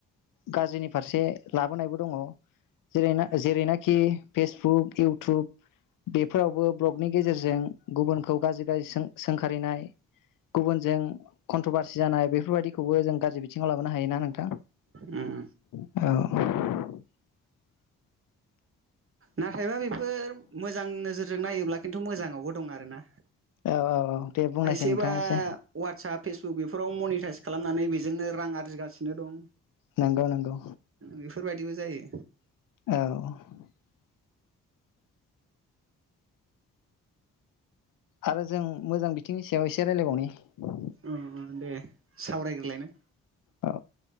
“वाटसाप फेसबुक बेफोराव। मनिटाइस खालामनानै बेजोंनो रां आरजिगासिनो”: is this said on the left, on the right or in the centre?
Right